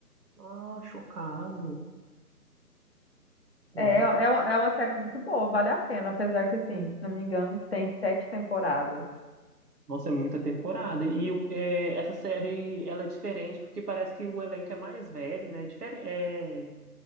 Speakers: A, on the right (about 75°); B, on the left (about 40°).
A: Ah, chocado. Nossa,
B: É, é, uma- é uma série muito boa, vale a pena, apesar que, assim, se não me engano, tem sete temporadas.
A: nossa, é muita temporada. E o- é, essa série, ela é diferente porque parece que o elenco é mais velho, né? É, difere- é,